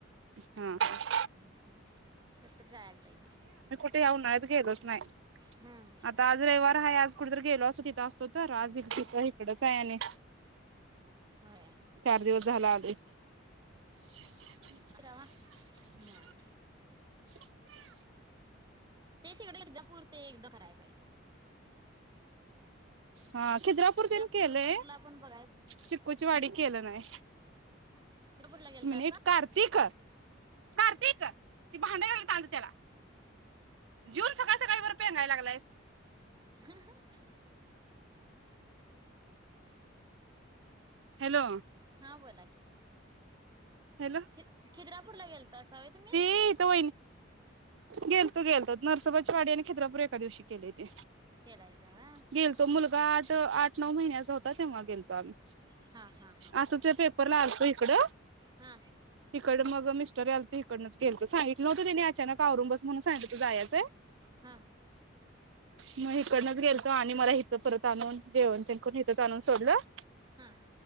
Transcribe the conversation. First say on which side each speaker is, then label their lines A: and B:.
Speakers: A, on the right; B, on the right.
A: हा.
B: उं हुं. <unintelligible> जायाला पायजे.
A: ते ह्या उन्हाळ्यात गेलोच नाही.
B: हम्म
A: आता आज रविवार हाय आज कुठ तर गेलो आसंतो तिथं आसतो तर. आज तिथं हीकडचाय आणि
B: होय.
A: चार दिवस झालं आलोय. छ छ
B: बारगवा.
A: ह <inaudible>
B: पॅन्ट.
A: <unintelligible>
B: ते तिकडे <unintelligible> ते एकदा करायला पाहिजे. <unintelligible>
A: हा खिद्रापूर तेन केलंय
B: पण बघायच
A: चिक्कूची वाडी
B: हम्.
A: केलं नाही
B: हम् <unintelligible> ला गेलता.
A: नीट कार्तिक कार्तिक ती भांडी <unintelligible> त्याला, जिवून सगळ सकाळी वर पेंगायला लागलायसं.
B: <unintelligible>
A: हॅलो
B: हा बोला की,
A: हॅलो
B: खि खिद्रापूरला गेलतासा होय तुम्ही?
A: ते हिथ वहीनी गेलतो गेलोतो नरसोबाचीवाडी आणि खिद्रापूर एका दिवशी केलोय ते
B: गेलायसा व्हय
A: गेलतो मुलगा
B: हा हा
A: आठ आठ नऊ महिन्या होता तेव्हा गेलतो आम्ही
B: हा हा हा
A: असंच ते पेपरला आलतो हिकडं
B: हा
A: हिकडं मग मिस्टर यालती हिकडनंच गेलतो सांगितलं नव्हती तिने अचानक आवरून बस म्हणून सांगितलीत तू जायचय
B: हा
A: मग हिकडनच गेलतो आणि मला हिथं परत आणून जेवण तेन करून हिथच आणून सोडलं
B: हा.